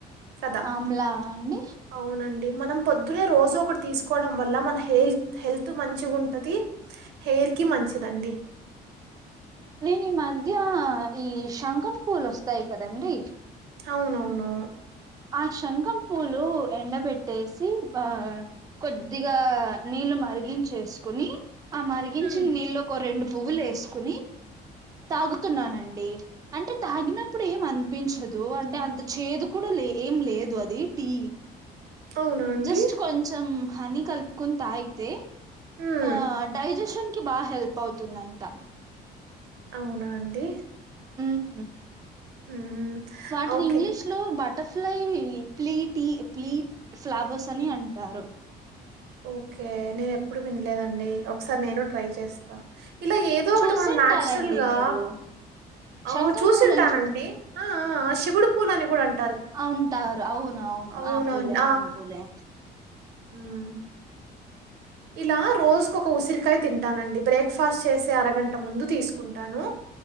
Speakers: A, on the right; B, on the right.
A: కదా
B: ఆమ్లా అండి
A: అవునండి మనం పొద్దున్నే రోజు ఒకటి తీసుకోవడం వల్ల మన హెల్త్ హెల్త్ మంచిగా ఉంటది హెయిర్ కి మంచిదండి
B: నేను ఈ మధ్య ఈ శంఖం పూలు వస్తాయి కాదండీ
A: అవునవును
B: ఆ శంఖం పూలు ఎండబెట్టేసి వా కొద్దిగా నీళ్లు మరిగించేసుకుని ఆ మరిగించిన
A: హ్మ్
B: నీళ్లో ఒక రెండు పువ్వులు వేసుకుని తాగుతున్నానండి అంటే తాగినప్పుడు ఏం అనిపించదు అంటే అంత చేదు కూడా లే ఏం లేదు అది టీ
A: అవునా అండి
B: జస్ట్ కొంచం హని కలుపుకొని తాగితే
A: హ్మ్
B: ఆ డైజెషన్ బాగా హెల్ప్ అవుతుందంట
A: అవునా అండి
B: మ్మ్
A: హ్మ్
B: వాటిని
A: ఓకే
B: ఇంగ్లీష్ లో బట్ట butterfly plea tea plea flowers అని అంటారు
A: ఓకే నేను ఎప్పుడు వినలేదండి ఒకసారి నేను ట్రై చేస్తా ఇలా ఏదో ఒకటి
B: చూసింటారండి
A: మనం నాచురల్గా
B: మీరు
A: ఆ
B: శంఖం
A: చూసింటానండి
B: పూలని
A: అ ఆ శివుడు పూలన్ని గూడన్
B: అంటారు అవును అవును
A: అవునండి.
B: ఆ పూలే ఆ పూలే
A: మ్మ్ ఇలా రోజుకు ఒక ఉసిరికాయ తింటానండి బ్రేక్ ఫాస్ట్ చేసే అరగంట ముందు తీసుకుం టాను